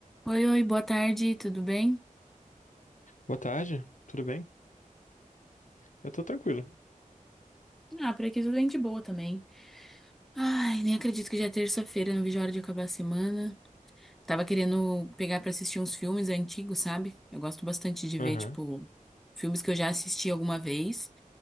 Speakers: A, in the centre; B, on the left (about 65°).
A: Oi, oi, boa tarde, tudo bem?
B: Boa tarde, tudo bem? Eu tô tranquilo.
A: Ah, por aqui tudo bem de boa também. Ai, nem acredito que já é terça-feira, não vejo a hora de acabar a semana. Tava querendo pegar pra assistir uns filmes antigos, sabe? Eu gosto bastante de
B: Aham.
A: ver, tipo, filmes que eu já assisti alguma vez